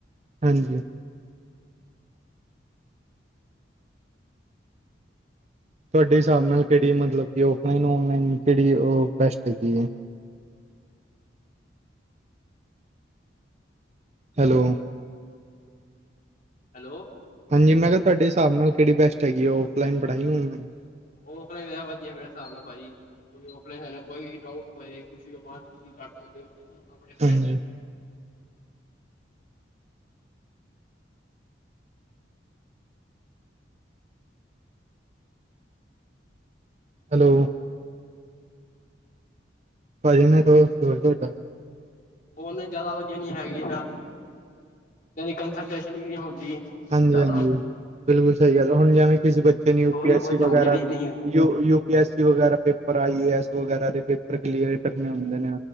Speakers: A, on the right; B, on the left.
A: ਹਾਂਜੀ। ਤੁਹਾਡੇ ਹਿਸਾਬ ਨਾਲ ਕਿਹੜੀ ਮਤਲਬ ਕਿ ਔਫਲਾਈਨ ਔਨਲਾਈਨ ਕਿਹੜੀ ਉਹ ਬੈਸਟ ਹੈਗੀ ਹੈ। ਹੈਲੋ।
B: ਹੈਲੋ।
A: ਹਾਂਜੀ ਮੈਂ ਕਿਹਾ ਤੁਹਾਡੇ ਹਿਸਾਬ ਨਾਲ ਕਿਹੜੀ ਬੈਸਟ ਹੈਗੀ ਆ ਔਫਲਾਈਨ ਪੜ੍ਹਾਈ ਆਨਲਾਈਨ।
B: ਆਫਲਾਈਨ ਵਧੀਆ ਮੇਰੇ ਹਿਸਾਬ ਨਾਲ ਭਾਜੀ। ਕਿਉਕਿ ਔਫਲਾਈਨ ਕੋਈ ਵੀ ਡਊਟ ਹੋ ਕੁਛ ਵੀ ਹੋਏ ਤੁਸੀ ਕਰ ਸਕਦੇ ਹੋ। ਆਪਣੇ ਫਰੈਂਡ
A: ਹਾਂਜੀ। ਹੈਲੋ। ਭਾਜੀ, ਨੈੱਟਵਰਕ ਸਲੋ ਹੈ ਤੁਹਾਡਾ।
B: ਔਨਲਾਈਨ ਜ਼ਿਆਦਾ ਵਧੀਆ ਨੀ ਹੈਗੀ ਕੰਸਰਨਟੈਸ਼ਨ ਵੀ ਨਹੀਂ ਹੁੰਦੀ।
A: ਹਾਂਜੀ
B: ਜ਼ਿਆਦਾ।
A: ਹਾਂਜੀ ਬਿਲਕੁਲ ਸਹੀ ਗੱਲ ਹੁਣ ਜਿਵੇਂ ਕਿਸੇ ਬੱਚੇ ਯੂਪੀ
B: ਹੋਰ ਵੀ
A: ਐਸ
B: ਬਹੁਤ
A: ਸੀ ਵਗੈਰਾ
B: ਹੁੰਦੀ ਜਿਹੜੀ
A: ਦੇ
B: ਨਹੀਂ
A: ਯੂ ਪੀ ਐਸ ਵਗੈਰਾ ਪੇਪਰ ਆਈਏਸ ਵਗੈਰਾ ਦੇ ਪੇਪਰ ਕਲੀਅਰ ਕਰਨੇ ਹੁੰਦੇ ਨੇ